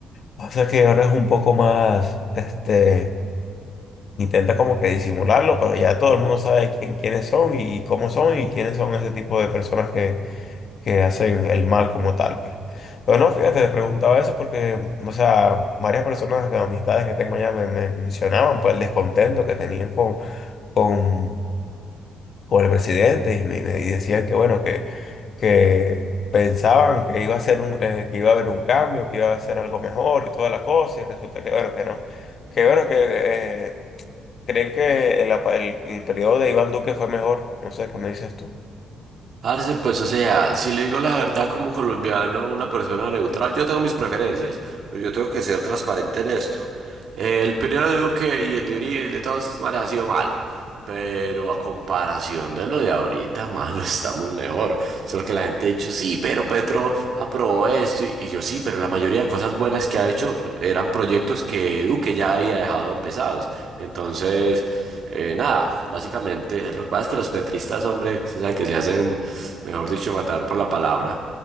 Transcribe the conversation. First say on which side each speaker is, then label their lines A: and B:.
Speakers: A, on the left; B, on the right.
A: Pasa que ahora es un poco más, este, intenta como que disimularlo, pero ya todo el mundo sabe quién, quiénes son y cómo son y quiénes son ese tipo de personas que hacen el mal como tal, pues. Pero no, fíjate, te preguntaba eso porque, o sea, varias personas, de amistades que tengo ya me, me mencionaban, pues, el descontento que tenían con, con, con el presidente y me me- y decían que, bueno, que, que pensaban que iba a ser un, eh, que iba a haber un cambio, que iba a ser algo mejor y toda la cosa, y resulta que, bueno, que no. Que, bueno, que eh, creen que el, apa- el, el periodo de Iván Duque fue mejor. No sé, ¿qué me dices tú?
B: Parce, pues o sea, si le digo la verdad como colombiano, una persona neutral, yo tengo mis preferencias, pero yo tengo que ser transparente en esto. Eh, el periodo de Duque y el de Uribe y el de todas estas maneras ha sido malo, pero a comparación de lo de ahorita, mano, <laughs> estamos mejor. Solo que la gente ha dicho, sí, pero Petro aprobó esto, y, y yo sí, pero la mayoría de cosas buenas que ha hecho eran proyectos que Duque ya había dejado empezados. Entonces... Eh, nada, básicamente, lo que pasa es que los petristas, hombre, se sabe que se hacen, mejor dicho, matar por la palabra.